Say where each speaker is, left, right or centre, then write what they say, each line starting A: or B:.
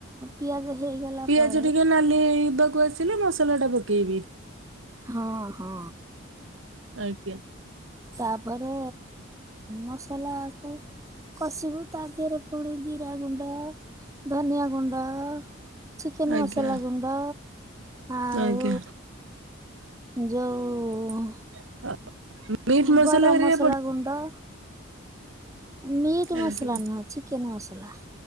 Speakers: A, on the right; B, on the right.
A: ପିଆଜ ହେଇଗଲା
B: ପିଆଜ
A: ପରେ
B: ଟିକେ ନାଲି ହେଇବାକୁ ଆସିଲେ ମସଲାଟା ପକେଇବି।
A: ହଁ। ହଁ।
B: ଆଜ୍ଞା।
A: ତାପରେ ମସଲାକୁ କଷିବୁ ତା ଧେରେ ପୁଣି ଜିରାଗୁଣ୍ଡ, ଧନିଆ ଗୁଣ୍ଡ ଚିକେନ୍ ମସଲା
B: ଆଜ୍ଞା।
A: ଗୁଣ୍ଡ ଆଉ
B: ଆଜ୍ଞା
A: ଯୋଉ ଉ
B: <unintelligible>
A: ଗରମ
B: ହେରିକା
A: ମସଲା
B: ପଡି
A: ଗୁଣ୍ଡ ମିଟ୍
B: ଆଜ୍ଞା।
A: ମସଲା ନୁହଁ ଚିକେନ୍ ମସଲା।